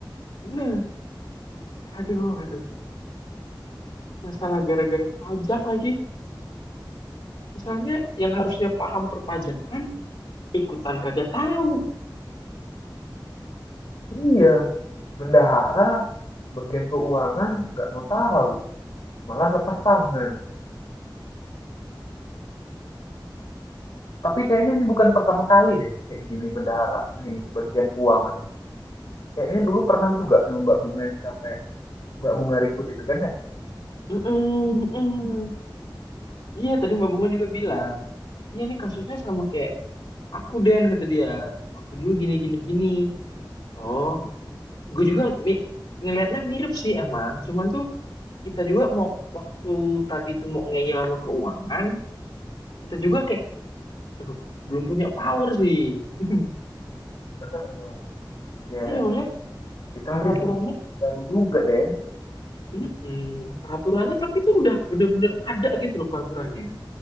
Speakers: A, on the left (about 90°); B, on the left (about 70°).
A: Nah, aduh, aduh, masalah gara-gara pajak lagi. Masalahnya yang harusnya paham perpajakan ikutan kagak tahu.
B: Iya, bendahara, bagian keuangan nggak mau tahu. Malah lepas tangan. Tapi kayaknya ini bukan pertama kali deh kayak gini bendahara ini bagian keuangan ini. Kayaknya dulu pernah juga sama Mbak Bunga yang sampai Mbak Bunga ribut itu kan ya.
A: Mm-mm, mm-mm. Iya, tadi Mbak Bunga juga bilang. Iya, ini kasusnya sama kayak aku Den kata dia. Waktu dulu gini gini gini. Oh, gue juga mi ngelihatnya mirip sih emang. Cuman tuh kita juga mau waktu tadi tuh mau ngeyel sama keuangan, kita juga kayak, aduh, belum punya power sih. <laughs>
B: Benar. Ya,
A: Iya maksudnya
B: kita
A: peraturannya,
B: masih baru juga deh.
A: mm-mm, peraturannya tapi itu udah bener-bener ada gitu loh peraturannya.